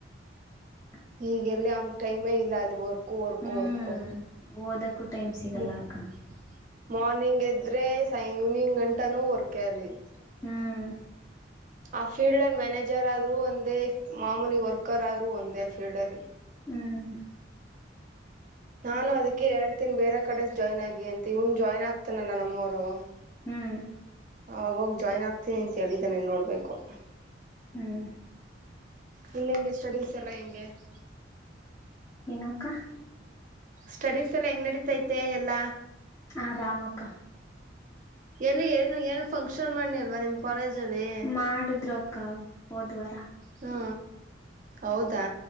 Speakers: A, on the left; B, on the right.
A: <inaudible>
B: ಈಗ ಎಲ್ಲಿ ಅವ್ನಿಗೆ ಟೈಮೇ ಇಲ್ಲ ಅಲ್ಲಿ ವರ್ಕು ವರ್ಕು
A: ಹ್ಮ್
B: ವರ್ಕು
A: ಓದಕ್ಕೂ ಟೈಮ್ ಸಿಗಲ್ಲ
B: ಅಲ್ಲ
A: ಅಕ್ಕ
B: <inaudible> ಮಾರ್ನಿಂಗ್ ಎದ್ರೆ ಸಾಯ ಈವ್ನಿಂಗ್ ಗಂಟನು ವರ್ಕ್ ಅಲ್ಲಿ. <inaudible>
A: ಹೂ <inaudible>
B: ಆ ಫೀಲ್ಡಲ್ಲಿ ಮ್ಯಾನೇಜರ್ ಆದರೂ ಒಂದೇ ಮಾಮೂಲಿ ವರ್ಕರ್ ಆದ್ರೂ ಒಂದೇ ಆ ಫೀಲ್ಡ ಅಲ್ಲಿ. <inaudible>
A: ಹೂ <inaudible>
B: ನಾನು ಅದಕ್ಕೆ ಹೇಳ್ತನೀ ಬೇರೆ ಕಡೆ ಜಾಯ್ನ್ ಆಗಿ ಅಂತ ಇವನ್ ಜಾಯ್ನ್ ಆಗ್ತಾನಲ್ಲಾ ನಮ್ಮವರು <inaudible>
A: ಹೂ <inaudible>
B: ಅವಾಗ ಹೋಗಿ ಜಾಯ್ನ್ ಆಗ್ತೀನಿ ಅಂತ ಹೇಳಿದ್ದಾನೆ ನೋಡ್ಬೇಕು. <inaudible>
A: ಹ್ಮ್
B: ನಿನ್ ಹೆಂಗೆ ಸ್ಟೆಡಿಸ್ ಎಲ್ಲ ಹೆಂಗೆ? <inaudible>
A: ಏಕಾ? <inaudible>
B: ಸ್ಟೆಡಿಸ್ ಎಲ್ಲ ಹೆಂಗ ನಡೀತೈತೆ ಎಲ್ಲಾ? <inaudible>
A: ಆರಾಮ ಅಕ್ಕ. <inaudible>
B: ಎಲ್ಲಿ ಏನು ಏನು ಫಂಕ್ಷನ್ ಮಾನೀ ಅಲ್ವಾ ನೀವ್ <inaudible> ಕಾಲೇಜ್ ಅಲ್ಲಿ? <inaudible>
A: ಮಾಡಿದರೂ ಅಕ್ಕ ಹೋದ ವಾರ, <inaudible>
B: ಹೂ ಹೌದಾ